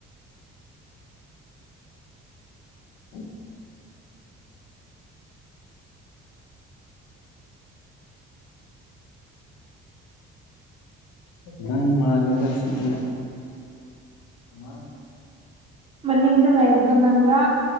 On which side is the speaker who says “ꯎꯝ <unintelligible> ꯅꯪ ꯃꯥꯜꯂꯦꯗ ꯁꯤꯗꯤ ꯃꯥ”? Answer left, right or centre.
Left